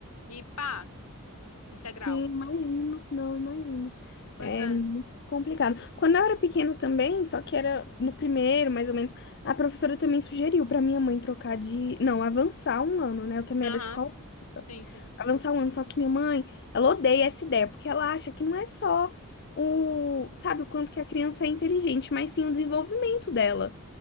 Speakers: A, on the left (about 85°); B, on the left (about 50°).
A: e pá, integral.
B: Sim, imagino. Não, imagino.
A: Pois
B: É
A: é.
B: muito complicado. Quando eu era pequena também, só que era no primeiro, mais ou menos, a professora também sugeriu pra minha mãe trocar de. Não, avançar um ano, né? Eu também
A: Aham.
B: era de escola
A: Sim, sim.
B: avançar um ano. Só que minha mãe, ela odeia essa ideia, porque ela acha que não é só o, sabe, o quanto que a criança é inteligente, mas sim o desenvolvimento dela.